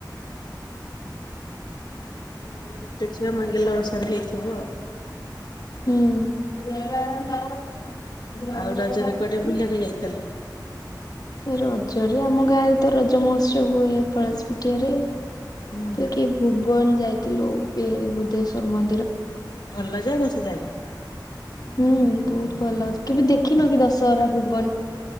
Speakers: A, on the left; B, on the left.
A: ଘରେ ଗୋଟେ ଛୁଆ <unintelligible> ମାନେ ଗେଲ ବସର ହେଇଥିବ ଆଉ।
B: ଏ ଆ ଗ
A: ଆଉ ରଜରେ
B: <unintelligible>
A: କୁଆଡେ ବୁଲିବାକୁ ଯାଇଥିଲ?
B: ରଜରେ ଆମ ଗାଁରେ ତ ରଜ ମହୋତ୍ସବ ହୁଏ, ପଳାଶ ପିଠିଆରେ।
A: ହୁଁ
B: ତ ଟିକେ ଭୁବନ ଯାଇଥିଲୁ <inaudible> ବୁଦ୍ଧେଶ୍ବର ମ
A: ଭଲ ଜାଗା ସେ ଜାଗା?
B: ହୁଁ ବହୁତ ଭଲ କେବେ ଦେଖିନ କି ଦଶହରା ଭୁ